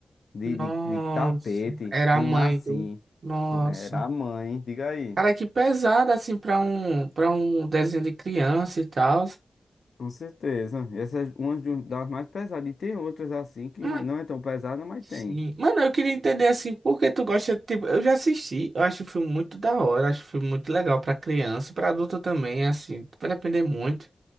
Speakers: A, on the left; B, on the right.
A: de,
B: Nossa,
A: de, de tapete,
B: era
A: com
B: a mãe
A: um lacinho.
B: do. Nossa.
A: Com- Era a mãe, diga aí.
B: Cara, que pesado assim pra um para um desenho de criança e tal.
A: Com certeza. Essa é uma de- das mais pesadas. E tem outras assim que
B: Mas,
A: não é tão pesada, mas
B: Sim.
A: tem.
B: Mano, eu queria entender assim, por que tu gosta, tipo, eu já assisti, eu acho o filme muito da hora, acho o filme muito legal pra criança, pra adulto também, assim, vai depender muito.